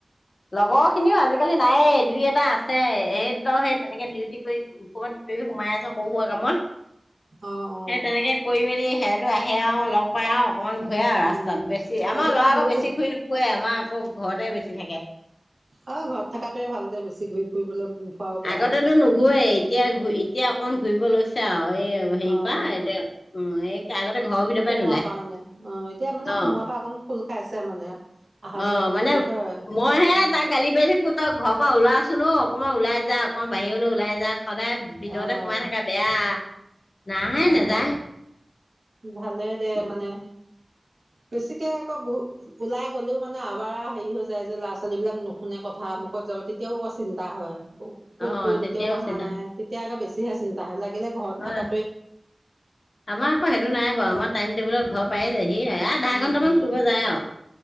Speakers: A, on the left; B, on the right.
A: লগৰ খিনিও আজিকালি তাৰে দুই এটা আছে। এই দুটাও সেই তেনেকে ডিউটি কৰি ক'ৰবাত <unintelligible> সোমাই আছে সৰু-সুৰা কামত।
B: অ অ
A: সেই তেনেকে কৰি মেলি <unintelligible> <unintelligible> আহে আৰু লগ পাই আৰু অকমান ঘূৰে আৰু
B: উম
A: ৰাস্তাত বেছি আমাৰ
B: আজিকালি
A: ল'ৰা আকৌ
B: ঢেউ
A: বেছি
B: খুব
A: ঘূৰি নুফুৰে। আমাৰ আকৌ ঘৰতে বেছি থাকে।
B: অ ঘৰত থাকাতোৱে ভাল দে বেছি ঘূৰি ফুৰিবলৈ ফুৰাও বেয়াহে
A: আগতেতো নুঘুৰেই, এতিয়া - এতিয়া অকন ঘূৰিব লৈছে। ছে আৰু। এই হেৰি
B: অ
A: পা এতিয়া, উম এই <unintelligible> ঘৰৰ ভিতৰ
B: সোমোৱাৰ
A: পৰা নোলায়।
B: মানে অ এতিয়া মানে
A: অ,
B: সোমোৱাৰ পৰা অকণ খোল খাইছে মানে অহা
A: অ,
B: যোৱা কৰোতে
A: মানে
B: হয়
A: মই হে
B: উম
A: তাক গালি পাৰি থাকো তই ঘৰৰ পৰা ওলাচোন অ। মই উলাই যা অকণ বাহিৰলৈ ওলাই যা সদায় ভিতৰতে
B: আহ
A: সোমাই থাকা বেয়া। নাই
B: অ'
A: নাযায়
B: হ'। ভালে দে
A: উম,
B: মানে বেছিকে আকৌ ঘু - ওলাই গ'লেও মানে আবাৰা হেৰি হৈ যায় যে ল'ৰা ছোৱালী বিলাক নুশুনে কথা মুখত যাব তেতিয়াও আকৌ চিন্তা হয়। ক'ত
A: অ',
B: গ'ল
A: তেতিয়াও
B: এতিয়াও
A: গৈছে
B: অহা
A: তাহাঁত
B: নাই, তেতিয়াে আৰু বেছি চিন্তাহে লাগে ঘৰত
A: হয়,
B: থাকা
A: আমাৰ আকৌ সেইটো নাই বাৰু আমাৰ টাইম টেবুলত ঘৰ পায় যায়হি আ আধা
B: উম
A: ঘন্টামান
B: উম
A: ফুব যায় আৰু